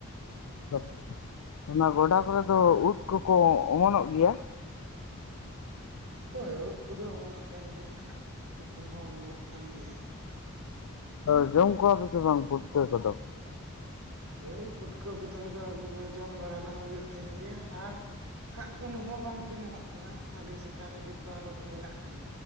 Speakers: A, on the left (about 85°); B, on the right (about 85°).
A: <inaudible> ᱚᱱᱟ ᱜᱚᱰᱟ ᱠᱚᱨᱮ ᱫᱚ ᱩᱫ ᱠᱚᱠᱚ ᱚᱢᱚᱱᱚᱜ ᱜᱮᱭᱟ?
B: ᱦᱳᱭ ᱳᱫ ᱠᱚᱫᱚ ᱚᱢᱚᱱᱚᱜ ᱛᱟᱦᱮᱸᱱ ᱜᱮᱭᱟ ᱱᱟᱦᱟᱜ, ᱮᱠᱷᱚᱱ ᱦᱚᱸ ᱚᱢᱚᱱᱚᱜ ᱠᱟᱱ ᱜᱮᱭᱟ᱾
A: ᱦᱚᱭ ᱡᱚᱢ ᱠᱚᱣᱟ ᱯᱮ ᱥᱮ ᱵᱟᱝ ᱯᱩᱴᱠᱟᱹ ᱠᱚᱫᱚ?
B: ᱦᱳᱭ ᱯᱩᱴᱠᱟᱹ ᱠᱚᱫᱚ ᱱᱚᱠᱟ ᱟᱹᱜᱩ <inaudible> ᱡᱚᱢ ᱵᱟᱲᱟ ᱱᱟᱦᱟᱜ ᱦᱩᱭᱩᱜ ᱛᱟᱦᱮᱸᱱ ᱜᱤᱭᱟ, ᱟᱨ ᱦᱟᱸᱜ ᱩᱱ ᱦᱚᱸ ᱵᱟᱝᱠᱚ ᱧᱟᱢᱚᱜ ᱠᱟᱱᱟ, ᱟᱰᱤ ᱥᱮᱛᱟᱜ ᱨᱮᱜᱮ ᱠᱚ ᱟᱨᱚ ᱠᱚ ᱦᱮᱞᱟᱜ ᱠᱟᱱᱟ᱾